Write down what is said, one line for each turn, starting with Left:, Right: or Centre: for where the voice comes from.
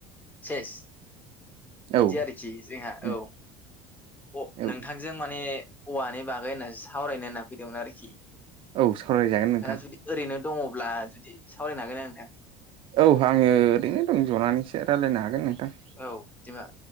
Left: सेस।
Right: औ
Left: बिदि आरोखि जोंहा
Right: उम
Left: औ। अ
Right: औ
Left: नोंथांजों माने औवानि बागै होननानै सावरायनो होनना फैदोंमोन आरोखि।
Right: औ सावरायजागोन
Left: नोंथाङा
Right: नोंथां।
Left: जुदि ओरैनो दंङब्ला जुदि सावरायनो हागोन आरो नोंथां।
Right: औ आंङो ओरैनो दं जनानैसो रायज्लायनो हागोन नोंथां।
Left: औ दिमा